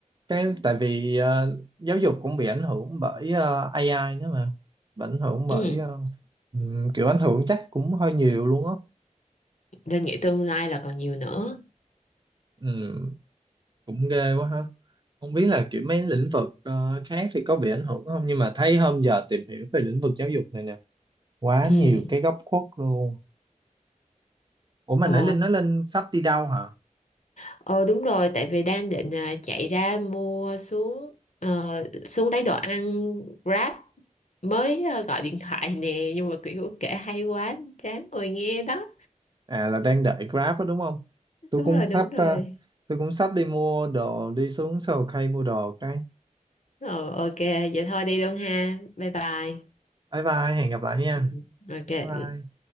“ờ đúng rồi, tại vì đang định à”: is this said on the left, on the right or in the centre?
Left